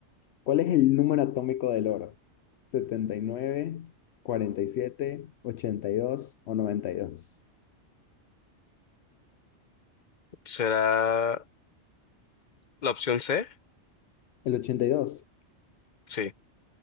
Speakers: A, on the left (about 70°); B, on the left (about 40°).
A: ¿Cuál es el número atómico del oro? Setenta y y nueve, cuarenta y siete, ochenta y dos o 92.
B: ¿Será la opción C?
A: ¿El ochenta y dos.
B: Sí.